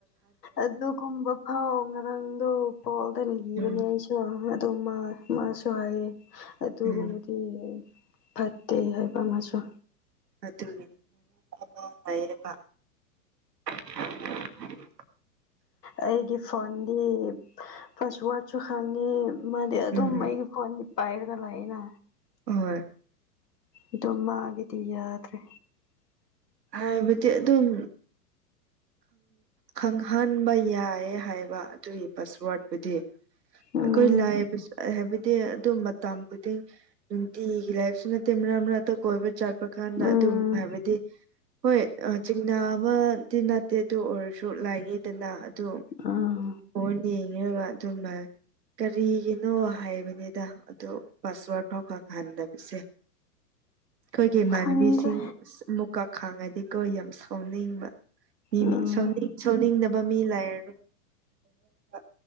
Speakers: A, on the left; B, on the right.
A: ꯑꯗꯨꯒꯨꯝꯕ ꯐꯥꯎ ꯉꯔꯥꯡꯗꯣ ꯄꯣꯜꯗ ꯂꯤꯕꯅꯦ
B: ꯎꯝ
A: ꯑꯩꯁꯨ ꯇꯣ ꯃꯥ ꯃꯥꯥ ꯆꯍꯥꯏ ꯇ
B: ꯎꯝ
A: ꯀꯃꯗꯤ ꯐꯠꯇꯦ ꯍꯥꯏꯕ ꯃꯥꯁꯨ
B: ꯑꯗꯨꯒꯤꯅꯤ ꯃꯔꯥ ꯑ ꯂꯥꯏꯌꯦꯕ <unintelligible>
A: ꯑꯩꯒꯤ ꯐꯣꯟꯗꯤ ꯄꯥꯁꯋꯥꯔꯗꯁꯨ ꯈꯪꯉꯤ ꯃꯥꯗꯤ ꯑꯗꯨꯝ
B: ꯎꯝ
A: ꯑꯩꯒꯤ ꯐꯣꯟꯗꯤ ꯄꯥꯏꯔꯒ ꯂꯥꯏꯅ
B: ꯑ
A: ꯑꯗꯨꯃꯒꯤꯗꯤ ꯌꯥꯗ꯭ꯔꯦ
B: ꯍꯥꯏꯕꯗꯤ ꯑꯗꯨꯝ ꯈꯪꯍꯟꯕ ꯌꯥꯏ ꯍꯥꯏꯕ ꯑꯗꯨꯒꯤ ꯄꯥꯁꯋꯥꯔꯠꯄꯨꯗꯤ
A: ꯎꯝ
B: ꯑꯩꯈꯣꯏ ꯂꯥꯏꯕ ꯍꯥꯏꯕꯗꯤ ꯑꯗꯨ ꯇꯥꯝ ꯈꯨꯗꯤꯡ ꯅꯨꯡꯇꯤꯒꯤ ꯂꯥꯏꯐꯁꯨ ꯅꯠꯇꯦ ꯃꯔꯥ ꯃꯔꯥꯛ ꯀꯣꯏꯕ ꯆꯠꯄ ꯀꯥꯟꯗ
A: ꯎꯝ
B: ꯑꯗꯨꯝ ꯍꯥꯏꯕꯗꯤ ꯍꯣꯏ ꯆꯤꯡꯅꯥ ꯑꯃꯗꯤ ꯑꯗꯨ ꯑꯣꯏꯔꯁꯨ ꯂꯥꯏꯉꯦꯗꯅ ꯑꯗꯨ
A: ꯎꯝ
B: ꯐꯟ ꯌꯦꯡꯉꯔꯒ ꯑꯗꯨꯝ ꯀꯔꯤꯒꯤꯅꯣ ꯍꯥꯏꯕꯅꯤꯗ ꯑꯗꯨ ꯄꯥꯁꯋꯥꯔꯗ ꯐꯥꯎ ꯈꯪꯍꯟꯗꯕꯁꯦ <inaudible> ꯑꯩꯈꯣꯏꯒꯤ ꯏꯃꯥꯟꯅꯕꯤꯁꯤꯡ
A: ꯈꯪꯗ꯭ꯔꯦ
B: ꯃꯨꯀꯥ ꯈꯥꯡꯉꯗꯤꯀꯣ ꯌꯥꯝ ꯁꯥꯎꯅꯤꯡꯕ ꯃꯤ
A: ꯎꯝ
B: ꯃꯤ ꯁꯅꯤꯡ ꯁꯧꯅꯤꯡꯗꯕ ꯃꯤ ꯂꯩꯥꯏꯔꯅꯨꯅꯤꯡꯕ